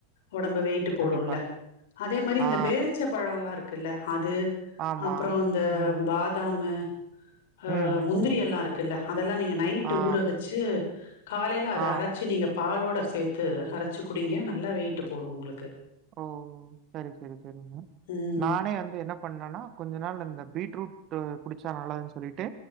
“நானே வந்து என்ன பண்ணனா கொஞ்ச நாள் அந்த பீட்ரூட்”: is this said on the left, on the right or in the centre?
Right